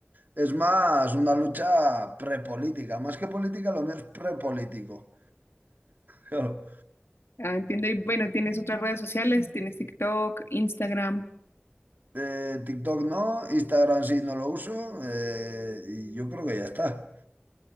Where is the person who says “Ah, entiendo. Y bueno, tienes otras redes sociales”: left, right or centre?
Left